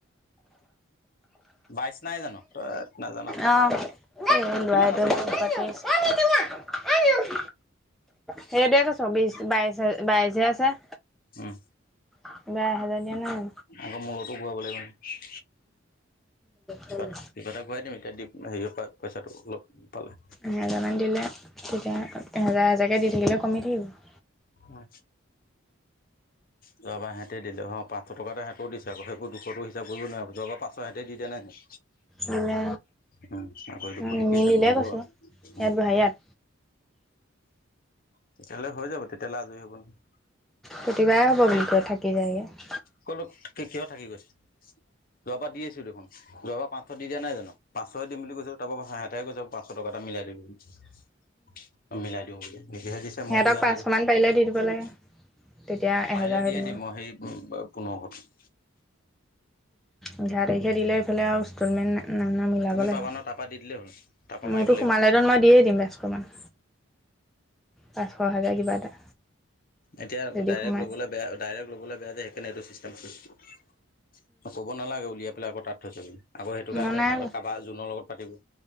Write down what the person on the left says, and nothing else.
বাইছ নাই জানো? <inaudible>
কিমান
আছে
এতিয়া দিবলৈ
উম,
আকৌ মোৰ লগতো ঘূৰাব লাগিব নহয় কিবা
কিবা এটা ঘূৰাই দিম এতিয়া দিম হেৰিঅ পৰা পইচাটো পালে
হয়। যোৱাবাৰ সিহঁতি দিলে, পাঁচশ টকাটা সিহঁতেও দিছে আকৌ সেইবোৰ দুশটো হিচাপ কৰিব নোৱাৰে যোৱাবাৰ পাছত হেঁতে দি দিয়া নাই
উম, আগৰ দুখটো
কি হিচাপত হব
উম,
তেতিয়ালে হৈ যাব তেতিয়ালে আজৰি হ'ব নহই
কলো কিহৰ থাকি গৈছে, যোৱা বাৰ দি আহিছোঁ দেখোন। যোৱাবাৰ পাঁচশ দি দিয়া নাই জানো? পাঁচশয হে দিম বুলি কৈছো তাৰপ পৰা সিহঁতেহে কৈছ পাঁচশ টকা এটা মিলাই দিবি বুলি। মিলাই দিওঁ বুলি, নিজেহে দিছে
মই খোজা
নাই নহয়।
পাৰিল
দিয়ে
দিম, মই সেই পোন্ধৰশটো।
তুমি
পাবা ন তাৰপা দি দিলেই হ'ল তাৰপা
মাৰিব লাগিব।
এতিয়া
ডাইৰেক্ট
লবলৈ বেয়া, ডাইৰেক্ট ল'বলৈ বেয়া যে সেইকাৰণে এইটো চিষ্টেম <unintelligible> ক'ব নালাগে উলিয়াই পেলাই আকৌ তাত থৈছ বুলি, আকৌ সেইটোকে
আকৌ
সিহঁতৰ কাৰবাৰ জোনৰ লগত পাতিব।